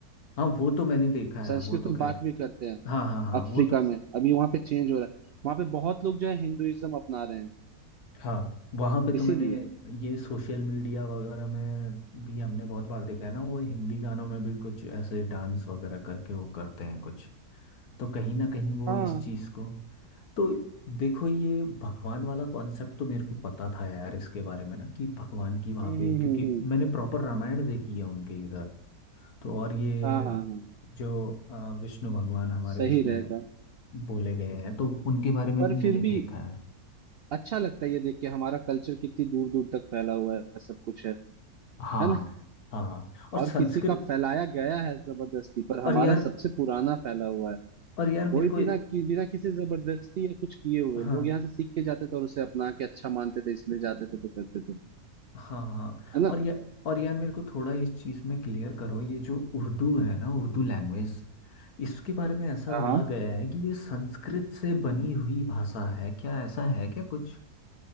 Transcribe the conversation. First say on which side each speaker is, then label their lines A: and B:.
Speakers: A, on the left (about 75°); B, on the right (about 85°).
A: हाँ वो तो मैंने देखा
B: संस्कृत
A: है वो तो
B: में
A: खैर
B: बात भी करते हैं
A: हाँ हाँ हाँ
B: अफ्रीका
A: वो तो
B: में अभी वहां पे चेंज हो रहा है वहां पे बहुत लोग जो है हिंदुइज्म अपना रहे हैं
A: हाँ वहाँ पे तो
B: इसीलिए
A: मैंने ये सोशल मीडिया वगैरह में भी हमने बहुत बार देखा है ना वो हिंदी गानों में भी कुछ ऐसे डांस वगैरह करके वो करते हैं कुछ तो कहीं ना कहीं वो
B: हाँ
A: इस चीज़ को तो देखो ये भगवान वाला कॉन्सेप्ट तो मेरे को पता था यार इसके बारे में ना कि भगवान की वहाँ
B: हम्म हम्म
A: पे क्योंकि
B: हम्म हम्म।
A: मैंने प्रॉपर रामायण देखी है उनके इधर तो और ये
B: हाँ हाँ हाँ
A: जो अ, विष्णु भगवान हमारे
B: सही
A: उसमें
B: रहेगा
A: बोले गए हैं तो उनके बारे में
B: पर
A: भी मैंने
B: फिर भी
A: देखा है
B: अच्छा लगता है ये देख के हमारा कल्चर कितनी दूर दूर तक फैला हुआ है सब कुछ है
A: हाँ
B: है ना
A: हाँ और संस्कृत
B: और किसी का फैलाया गया है जबरदस्ती पर
A: और
B: हमारा
A: यार
B: सबसे पुराना फैला हुआ है
A: और यार
B: वही
A: मेरे को
B: बिना कि, बिना किसी जबरदस्ती या कुछ किए हुए
A: हाँ
B: लोग यहाँ से सीख के जाते थे और उसे अपना के अच्छा मानते थे इसलिए जाते थे तो करते थे
A: हाँ हाँ
B: है ना
A: और या और यार मेरे को थोड़ा इस चीज़ में क्लियर करो ये जो उर्दू है ना उर्दू लैंग्वेज इसके बारे में ऐसा
B: हाँ
A: बोला गया है कि ये संस्कृत से बनी हुई भाषा है क्या ऐसा है क्या कुछ